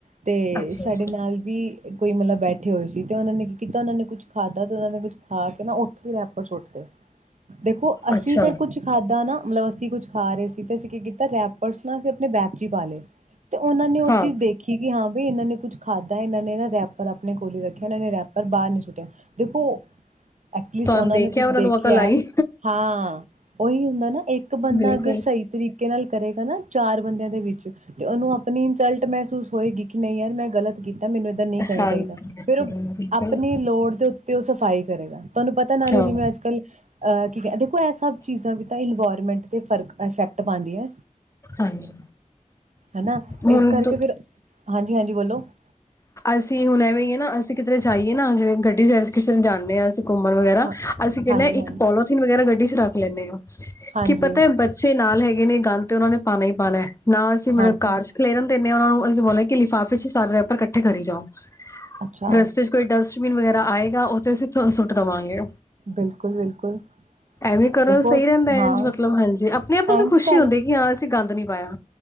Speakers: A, on the right; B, on the left.
A: ਤੇ
B: ਅੱਛਾ
A: ਸਾਡੇ
B: ਅੱਛਾ
A: ਨਾਲ ਵੀ ਕੋਈ ਮਤਲਬ ਬੈਠੇ ਹੋਏ ਸੀ ਤੇ ਉਹਨਾਂ ਨੇ ਕੀ ਕੀਤਾ ਉਹਨਾਂ ਨੇ ਕੁਛ ਖਾਧਾ ਤੇ ਉਹਨਾਂ ਦੇ ਵਿੱਚ ਖਾ ਕੇ ਨਾ <unintelligible> ਦੇਖੋ ਅਸੀਂ
B: ਅੱਛਾ
A: ਫਿਰ ਕੁੱਛ ਖਾਧਾ ਨਾ ਮਤਲਬ ਅਸੀਂ ਕੁੱਛ ਖਾ ਰਹੇ ਸੀ ਤੇ ਅਸੀਂ ਕੀ ਕੀਤਾ ਰੈਪਰ ਅਸੀਂ ਆਪਣੇ ਬੈਪ ' ਹੀ ਪਾ ਲਏ ਤੇ ਉਹਨਾਂ ਨੇ ਉਹ
B: ਹਾਂ
A: ਚੀਜ਼ ਦੇਖੀ ਕਿ ਹਾਂ ਵੀ ਇਹਨਾਂ ਨੇ ਕੁਛ ਖਾਧਾ ਇਹਨਾਂ ਨੇ ਨਾ ਰੈਪਰ ਆਪਣੇ ਕੋਲ ਹੀ ਰੱਖਿਆ ਇਹਨਾਂ ਨੇ ਰੈਪਰ ਬਾਹਰ ਨੀ ਸੁੱਟਿਆ ਦੇਖੋ ਐਟਲੀਸਟ
B: ਤੁਹਾਨੂੰ
A: ਉਹਨਾਂ ਨੇ ਕੁਛ ਦੇਖਿਆ
B: ਨੂੰ ਅਕਲ ਆਈ
A: ਹੈ ਹਾਂ ਉਹੀ ਹੁੰਦਾ ਨਾ ਇੱਕ ਬੰਦਾ
B: ਬਿਲਕੁਲ
A: ਅਗਰ ਸਹੀ ਤਰੀਕੇ ਨਾਲ ਕਰੇਗਾ ਨਾ ਚਾਰ ਬੰਦਿਆਂ ਦੇ ਵਿੱਚ ਤੇ ਉਹਨੂੰ ਆਪਣੀ ਇਨਸਲਟ ਮੈਂ ਮਹਿਸੂਸ ਹੋਏਗੀ ਕਿ ਨਹੀਂ ਯਾਰ ਮੈਂ ਗਲਤ ਕੀਤੀ ਮੈਨੂੰ ਏਦਾਂ ਨਹੀਂ ਕਰਨਾ
B: ਹਾਂਜੀ
A: ਚਾਹੀਦਾ ਫਿਰ ਉਹ
B: ਬਿਲਕੁਲ
A: ਆਪਣੀ ਲੋੜ ਦੇ ਉੱਤੇ ਉਹ ਸਫ਼ਾਈ ਕਰੇਗਾ ਤੁਹਾਨੂੰ ਪਤਾ ਨਾਲੇ
B: ਹਾਂ
A: ਜਿਵੇਂ ਅੱਜ ਕੱਲ <unintelligible> ਉਹਈ ਸਭ ਚੀਜ਼ਾਂ ਬਤਾਂ ਇਨਵਾਇਰਮੈਂਟ ਅਤੇ ਫਰਕ ਇਫੈਕਟ ਪਾਉਂਦੀਆਂ
B: ਹਾਂਜੀ
A: ਹਨਾ
B: ਹੁਣ
A: ਇਸ ਕਰਕੇ
B: ਤ
A: ਫਿਰ ਹਾਂਜੀ ਹਾਂਜੀ ਬੋਲੋ <inaudible>
B: ਅਸੀਂ ਹੁਣ ਐਵੇਂ ਹੀ ਹੈ ਨਾ ਅਸੀਂ ਕਿਧਰੇ ਜਾਈਏ ਨਾ ਜਿਵੇਂ ਗੱਡੀ ਚ ਕਿਸੇ ਜਾਂਦੇ ਹਾਂ ਘੁੰਮਣ ਵਗੈਰਾ
A: ਹਾਂ
B: ਅਸੀਂ ਕਹਿੰਦੇ
A: ਹਾਂਜੀ ਹਾਂਜੀ
B: ਇੱਕ ਪੋਥੀਨ ਵਗੈਰਾ ਗੱਡੀ ਚ ਰੱਖ <unintelligible>
A: ਹਾਂਜੀ
B: ਕੀ ਪਤਾ ਹੈ ਬੱਚੇ ਨਾਲ ਹੈਗੇ ਨੇ ਗ ਤੇ ਉਹਨਾਂ ਨੇ ਪਾਣਾ ਹੀ ਪਾਉਣਾ ਨਾ ਅਸੀਂ ਮਤਲਬ
A: ਹਾਂਜੀ
B: ਕਾਰ ਚ ਖਲੇਰ ਹੁੰਦੇ ਨੇ ਉਹਨਾਂ ਨੂੰ ਬੋਲਿਆ ਕਿ ਲਿਫਾਫੇ ਚ ਸਾਰੇ ਪਰ ਇਕੱਠੇ ਕਰੀ ਜਾਓ
A: ਅੱਛਾ
B: ਰਸਤੇ ਚ ਕੋਈ ਡਸਟਬਿਨ ਵਗੈਰਾ ਦਾ ਆਏਗਾ ਉੱਥੇ ਅਸੀਂ ਸੁੱਟ ਦੇਵਾਂਗੇ
A: ਬਿਲਕੁਲ ਬਿਲਕੁਲ
B: ਐਵੇਂ ਕਰੋ
A: ਦੇਖੋ
B: ਸਹੀ ਰਹਿੰਦਾ
A: ਹਾਂ,
B: ਇੰਝ ਮਤਲਬ ਹਾਂਜੀ ਆਪਣੇ ਆਪ ਨੂੰ ਵੀ
A: ਇਝ
B: ਖੁਸ਼ੀ
A: ਕਰ,
B: ਹੁੰਦੀ ਕਿ ਹਾਂ ਅਸੀਂ ਗੰਦ ਨੀ ਪਾਇਆ